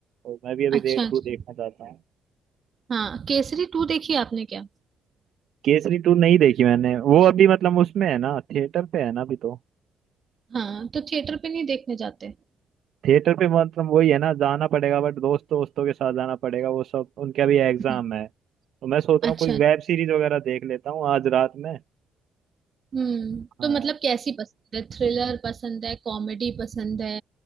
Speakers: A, on the right; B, on the right.
A: और मैं भी अभी
B: अच्छा
A: रेड
B: अच्छा
A: टू देखना चाहता हूँ
B: हाँ केसरी टू देखी आपने क्या
A: केसरी टू नहीं देखी मैंने वो अभी मतलब उसमें है ना थिएटर पे है ना अभी तो
B: हाँ तो थिएटर पे नहीं देखने जाते
A: थिएटर पे मतलब वही है ना जाना पड़ेगा बट दोस्त दोस्तों के साथ जाना पड़ेगा वो सब उनका भी एग्जाम
B: हम्म,
A: है तो मैं सोच
B: अच्छा
A: रहा हूँ कोई वेब सीरीज वगैरह देख लेता हूँ आज रात में
B: हम्म
A: हाँ
B: तो मतलब कैसी पसंद है थ्रिलर पसंद है कॉमेडी पसंद है